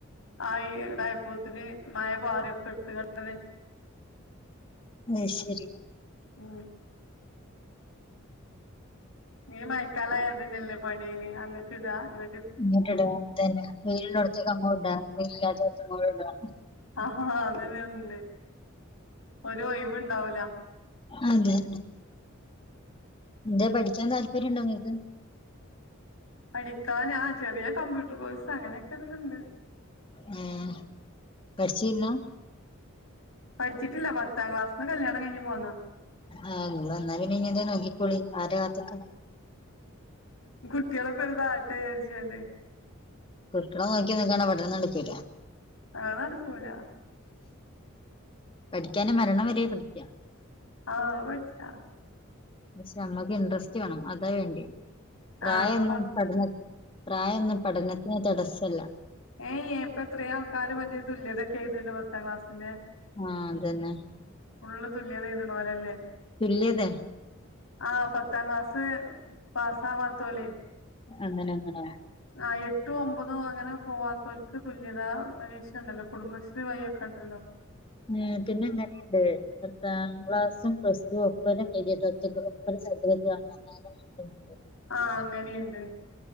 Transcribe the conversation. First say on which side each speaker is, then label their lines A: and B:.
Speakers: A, on the left; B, on the left.
A: ആയി ആയപ്പോത്തിന് മഴ പാറി ഒക്കെട്ത് ഇങ്ങട്ടെന്നെ ചി
B: അയ് ശെരി
A: ഉം ഞ്ഞ് മയക്കാല ആയ ഇതന്നെ അല്ലേ പണി മി അങ്ങട്ട്ടാ ഇങ്ങട്ട്ട്
B: ഇങ്ങട്ടിട ഇതന്നെ വെയില് ള്ളോട്ത്ത്ക്ക് അണ്ടോട്ട് ഇടാ വെയിലില്ലാത്തേട്ത്ത് ഇങ്ങോട്ട് ടാ
A: ആഹ് അതന്നെ ണ്ട് ഒരു ഒഴിവ് ണ്ടാവുല
B: അതന്നെ എന്തെ പഠിക്കാൻ താല്പര്യം ണ്ടോ ഇങ്ങക്ക്
A: പഠിക്കാന് ആഹ് ചെറിയ കമ്പ്യൂട്ടർ കോഴ്സ് അങ്ങനെയൊക്കെ ഒര്ത്ണ്ട്
B: ഉം പഠിച്ചീന്നു
A: പഠിച്ചിട്ടില്ല പത്താം ക്ലാസ്ന്ന് കല്യാണം കഴിഞ് പോന്ന.
B: ആഹ് നിള്ള എന്നാ പിന്നെ ഇങ്ങനെ നോക്കിക്കോളി ആരെ കാത്തിക്ക
A: കുട്ടികൾ എപ്പഴും പാട്ട് കളിചികണ്ട്
B: കുട്ടികളെ നോക്കി നിക്കാണ അവിടെന്ന് നടക്കൂല.
A: അത്‌ നടക്കൂല്ല
B: പഠിക്കാന് മരണം വരെ പഠിക്കാം.
A: ആഹ് പഠിച്ച
B: പക്ഷെ നമ്മക്ക് ഇൻറസ്റ്റ് വേണം അതാ വേണ്ടി. പ്രായൊന്നും
A: ആഹ് വാണം
B: പഠന പ്രായൊന്നും പഠനത്തിന് തടസ്സല്ല.
A: ഏയ് ഇപ്പോ എത്രയൊ ആൾക്കാര് മറ്റേ തുല്യതൊക്കെ എയ്തിണ്ട് പത്താം ക്ലാസ്സിന്റെ.
B: ആഹ് അതന്നെ.
A: ഫുള്ള് തുല്യത എഴുതുന്ന പോലല്ലേ.
B: തുല്യതെ
A: ആഹ് പത്താം ക്ലാസ് പാസ് ആവാത്തോല്.
B: അങ്ങനെ അങ്ങനെയ.
A: ആഹ് എട്ടും ഒമ്പതും അങ്ങനെ പോവാത്തോൽക്ക് തുല്യതാ പരീക്ഷ ഉണ്ടല്ലോ. കുടുംബശ്രീ വയിഒക്കെ ഉണ്ടല്ലോ.
B: ഏഹ് പിന്നെന്താനെ ഉണ്ട് പത്താം ക്ലാസ്സും, പ്ലസ് ടു, ഒപ്പര എഴുതിയ സാഡിഫിക്ക ഒപ്പര സാഡിഫിക്ക വാങ്ങാൻ അത കിട്ടുന്നുണ്ട്
A: ആഹ് അങ്ങനെയിണ്ട്.